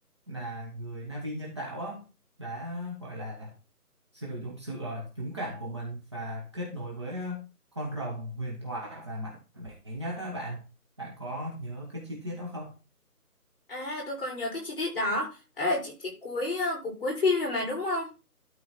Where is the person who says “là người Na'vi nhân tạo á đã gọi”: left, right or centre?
Right